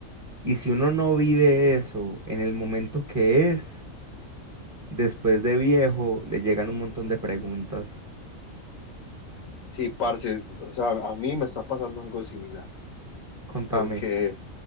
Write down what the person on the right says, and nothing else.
Y si uno no vive eso en el momento que es, después de viejo, le llegan un montón de preguntas.
Contame,